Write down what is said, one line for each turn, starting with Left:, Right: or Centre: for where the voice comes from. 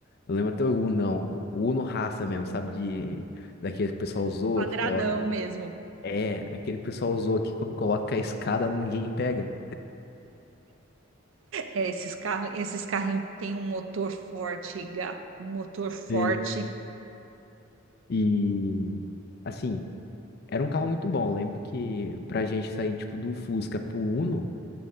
Left: Eu lembro até o Uno, não. O Uno raça mesmo, sabe? De, daquele que o pessoal zoa
Right: Quadradão
Left: que coloca.
Right: mesmo.
Left: É, aquele que o pessoal zoa que quando coloca a escada ninguém pega.
Right: É, esses carros, esses carrinhos têm um motor forte, Gá, um motor forte.
Left: Sim. E, assim, era um carro muito bom. Eu Lembro que pra gente sair, tipo, do Fusca pro Uno,